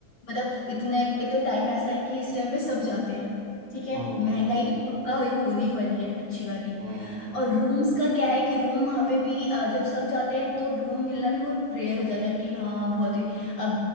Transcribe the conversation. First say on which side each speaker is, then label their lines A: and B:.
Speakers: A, on the left; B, on the right.
A: मतलब इतने ये तो टाइम ऐसा है कि इस टाइम पे सब जाते हैं ठीक है
B: हम्म हम्म
A: महंगाई तो पक्का हो- होने वाली है अच्छी वाली
B: हम्म हम्म।
A: और रूम्स का क्या है कि रूम वहां पे भी अ, जब सब जाते हैं तो रूम मिलना भी बहुत रेयर हो जाता है कि हाँ बहुत ही अब